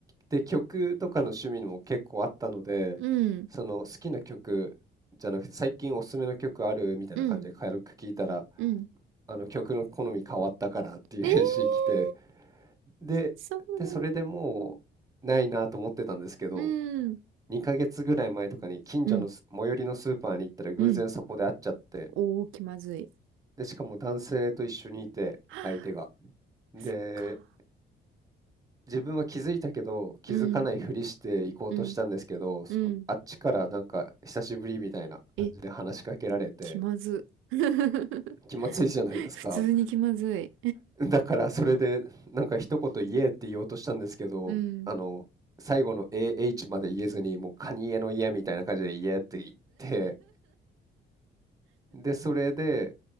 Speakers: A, on the right (about 15°); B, on the right (about 85°).
A: で、曲とかの趣味も結構あったので、
B: うん、
A: その好きな曲じゃなくて、最近おすすめの曲あるみたいな感じで軽く聞いたら、
B: うん、うん。
A: あの曲の好み変わったからっていう返信来て、
B: えー
A: で、
B: そうなんだ。
A: で、それでもうないなと思ってたんですけど、
B: うん。
A: 2ヶ月ぐらい前とかに近所のス最寄りのスーパーに行ったら偶然そこで会っちゃって、
B: うん。うん。おー、気まずい。
A: で、しかも男性と一緒にいて、
B: は
A: 相手が。で、
B: あ、そっか。
A: 自分は気づいたけど、気づかないふりして行こうとしたんですけど、
B: うん。うん。
A: そあっちからなんか久しぶりみたいな感じで話しかけられて、
B: うん。え、気まず。<laughs>
A: 気まずいじゃないですか。
B: 普通に気まずい。
A: <laughs> だからそれでなんか一言言えって言おうとしたんですけど、
B: うん。
A: あの、最後の AH まで言えずに、もうカニエの家みたいな感じで言えって言って、で、それで、